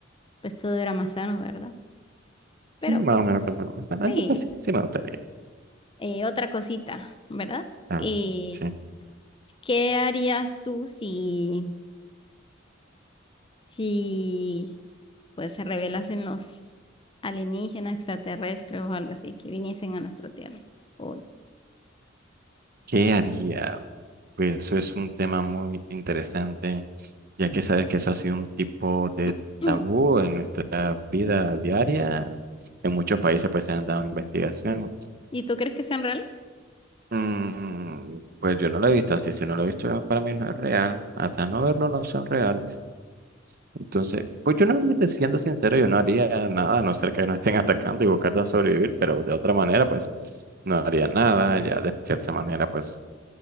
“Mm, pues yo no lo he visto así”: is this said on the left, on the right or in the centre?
Right